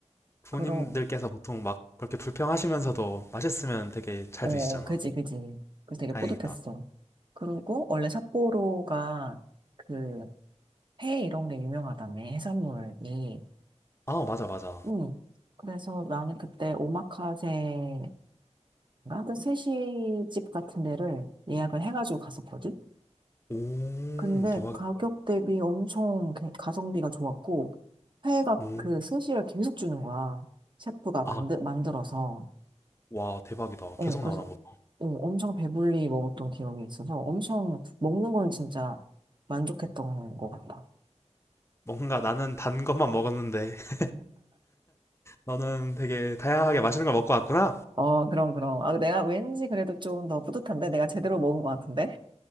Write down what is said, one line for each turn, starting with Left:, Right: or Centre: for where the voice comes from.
Left: 부모님들께서
Right: 그러,
Left: 보통 막 그렇게 불평하시면서도 맛있으면 되게 잘
Right: 어,
Left: 드시잖아.
Right: 그지, 그지. 그래서 되게
Left: 다행이다.
Right: 뿌듯했어. 그리고 원래 삿포로가 그 회 이런 게 유명하다며, 해산물이.
Left: 아, 맞아, 맞아.
Right: 응. 그래서 나는 그때 오마카세인가? 그 스시집 같은 데를 예약을 해가지고 갔었거든?
Left: 오,
Right: 근데
Left: 대박이다.
Right: 가격 대비 엄청 그- 가성비가 좋았고, 회가
Left: 오.
Right: 그 스시를 계속 주는 거야. 셰프가
Left: 아,
Right: 만들, 만들어서.
Left: 와, 대박이다.
Right: 어,
Left: 계속
Right: 그래서
Left: 나오나 보다.
Right: 어, 엄청 배불리 먹었던 기억이 있어서 엄청 먹는 건 진짜 만족했던 것 같아.
Left: 뭔가 나는 단 것만 먹었는데, <laughs> 너는 되게 다양하게 맛있는 걸 먹고 왔구나.
Right: 어, 그럼, 그럼. 아, 내가 왠지 그래도 좀 더 뿌듯한데? 내가 제대로 먹은 것 같은데?